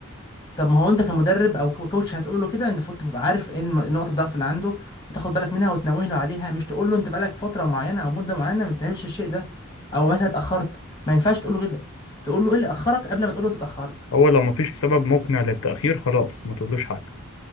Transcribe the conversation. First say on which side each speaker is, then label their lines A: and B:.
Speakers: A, on the left; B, on the left.
A: طب ما هو انت كمدرب او كوتش هتقول له كده انت المفروض تبقى عارف ايه الم- نقط الضعف اللي عنده وتاخد بالك منها وتنوه له عليها مش تقول له انت بقالك فتره معينه او مده معينه ما بتعملش الشيء ده او مثلا اتاخرت ما ينفعش تقول له كده تقول له ايه اللي اخرك قبل ما تقول له انت اتاخرت
B: هو لو مفيش سبب مقنع للتأخير خلاص ما تقولوش حاجة